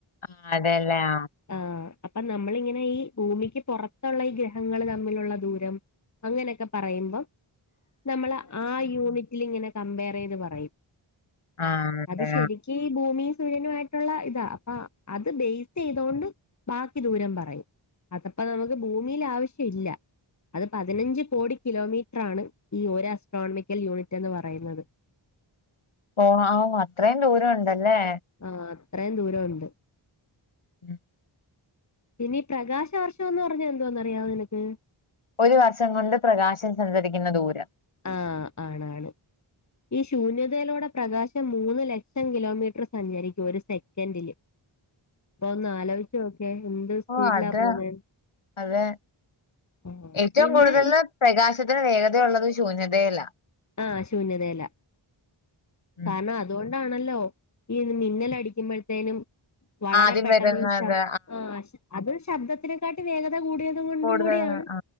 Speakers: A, on the left; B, on the left.
A: ആ അതെല്ലേ ആ
B: ആ അപ്പൊ നമ്മളിങ്ങനെ ഈ ഭൂമിക്ക് പുറത്തുള്ള ഈ ഗ്രഹങ്ങൾ തമ്മിലുള്ള ദൂരം അങ്ങനെയൊക്കെ പറയുമ്പം നമ്മൾ ആ യൂണിറ്റിൽ ഇങ്ങനെ കംപെയർ ചെയ്ത് പറയും
A: ആ അതെ
B: അത് ശരി ക്ക് ഭൂമിയും സൂര്യനും ആയിട്ടുള്ള ഇതാ അപ്പ അ ബേസ് ചെയ്തോണ്ട് ബാക്കി ദൂരം പറയും അതപ്പ നമുക്ക് ഭൂമിയിൽ ആവശ്യം ഇല്ല അത് പതിനഞ്ച് കോടി കിലോമീറ്റർ ആണ് ഈ ഒരു അസ്ട്രോണമിക്കൽ യൂണിറ്റ് എന്ന് പറയുന്നത്.
A: ഓ ആഹ് അത്രയും ദൂരം ഉണ്ടല്ലേ
B: ആഹ് അത്രയും ദൂരം ഉണ്ട്
A: ഉം
B: പിന്നെ ഈ പ്രകാശ വർഷം എന്ന് പറഞ്ഞ എന്തുവാന്നറിയാവോ നിനക്ക്
A: ഒരു വർഷം കൊണ്ട് പ്രകാശം സഞ്ചരിക്കുന്ന ദൂരം
B: ആഹ് ആണ് ആണ് ഈ ശൂന്യതയിലൂടെ പ്രകാശം മൂന്ന് ലക്ഷം കിലോമീറ്റർ സഞ്ചരിക്കും ഒരു സെക്കന്റില് ഒന്ന് ആലോചി നോക്കെ എന്ത് സ്പീഡിലാ
A: ഓ അത്
B: പോവുന്നെന്ന്
A: അത്
B: ആഹ്
A: ഏറ്റവും
B: പിന്നെ
A: കൂടുതൽ
B: ഈ
A: പ്രകാശത്തിന് വേഗത ഉള്ളത് ശൂന്യതയിലാ
B: ആഹ് ശൂന്യതയിലാ
A: ഉം.
B: കാരണം അതുകൊണ്ടാണല്ലോ ഈ മിന്നൽ അടിക്കുമ്പോഴത്തേനും വളരെ
A: ആദ്യം
B: പെട്ടെന്ന്
A: വരുന്നത്
B: ശബ് ആ അത് ശബ്ദത്തിനെക്കാട്ടി വേഗത കൂടിയ കൊണ്ടും
A: കൂടുതൽ
B: കൂടിയാണ്
A: ആ